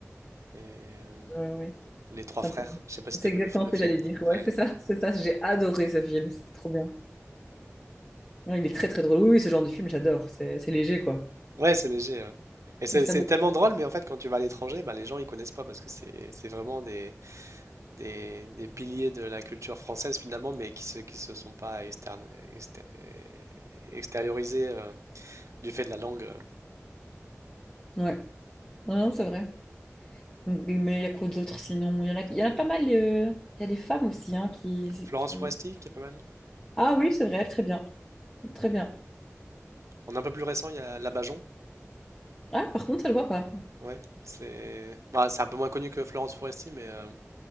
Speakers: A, on the right (about 75°); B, on the left (about 20°).
A: et euh,
B: Ouais, ouais, oui,
A: les Trois
B: ça
A: Frères.
B: me fait.
A: Je sais pas si
B: C'est
A: t'as
B: exactement
A: vu le, le
B: ce que
A: film.
B: j'allais dire. Ouais,
A: Ouais,
B: c'est ça, c'est ça. J'ai adoré ce film, c'était trop bien. Ouais, il est très très drôle. Oui, oui, ce genre de film, j'adore. C'est c'est léger, quoi.
A: ouais, c'est léger. ouais. Et c'est
B: Et ça
A: c'est
B: bouge.
A: tellement drôle, mais en fait, quand tu vas à l'étranger, bah, les gens ils connaissent pas parce que c'est c'est vraiment des, des, des piliers de la culture française finalement, mais qui se qui se sont pas externe, exté- extériorisés euh, du fait de la langue.
B: Ouais. Non, non, c'est vrai. Mais il y a quoi d'autre sinon? Il y en a, il y en a pas mal. euh, Il y a des femmes aussi hein, qui,
A: Florence
B: qui.
A: Foresti, qui est pas mal.
B: Ah oui, c'est vrai, très bien. Très bien.
A: En un peu plus récent, il y a Labajon.
B: Ah, par contre, ça le vois pas.
A: Ouais, c'est bah, c'est un peu moins connu que Florence Foresti, mais euh,